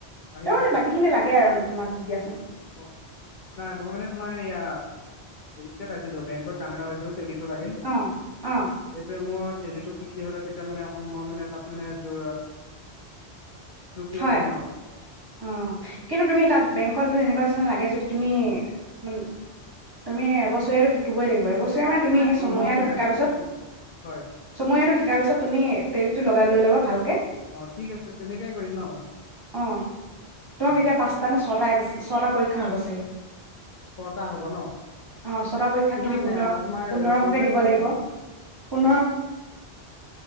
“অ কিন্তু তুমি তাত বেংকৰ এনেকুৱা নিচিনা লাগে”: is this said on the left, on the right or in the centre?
Right